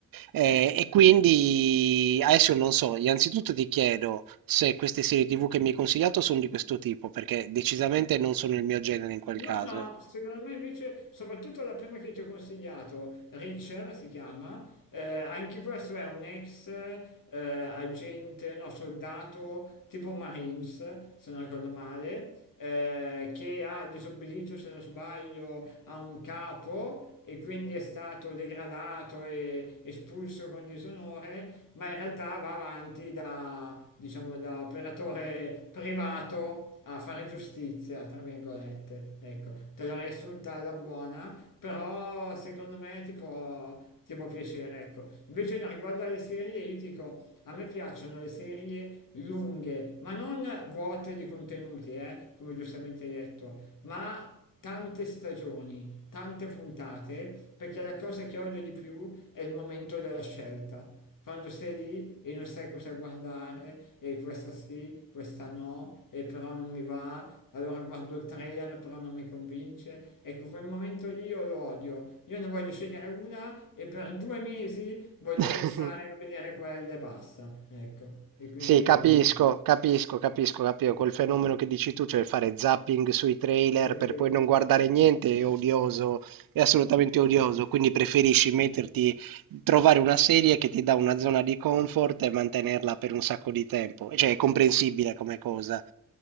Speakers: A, on the right; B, on the left.
A: Eh, e quindi adesso non so, innanzitutto ti chiedo se queste serie TV che mi hai consigliato sono di questo tipo, perché decisamente non sono il mio genere in quel
B: No,
A: caso.
B: no, secondo me invece, soprattutto la prima che ti ho consigliato, Richard si chiama, eh, anche questo è un ex eh, agente, no, soldato tipo Marines, se non ricordo male, eh, che ha disobbedito, se non sbaglio, a un capo e quindi è stato degradato e espulso con disonore, ma in realtà va avanti da, diciamo, da operatore privato a fare giustizia, tra virgolette. Ecco, te l'ho riassunta alla buona, però secondo me ti può, ti può piacere, ecco. Invece no, riguardo alle serie, io ti dico, a me piacciono le serie lunghe, ma non vuote di contenuti, eh, come giustamente hai detto, ma tante stagioni, tante puntate, perché la cosa che odio di più è il momento della scelta. Quando sei lì e non sai cosa guardare, e questa sì, questa no, e però non mi va, allora guardo il trailer però non mi convince. Ecco, quel momento lì io lo odio. Io ne voglio scegliere una e per due mesi voglio
A: <laughs>
B: pensare a vedere quella e basta. Ecco, e quindi...
A: Sì, capisco, capisco, capisco, capisco. Quel fenomeno che dici tu, cioè fare zapping sui trailer
B: sì,
A: per poi non guardare niente, è odioso, è assolutamente odioso. Quindi preferisci metterti, trovare una serie che ti dà una zona di comfort e mantenerla per un sacco di tempo. Cioè, è comprensibile come cosa.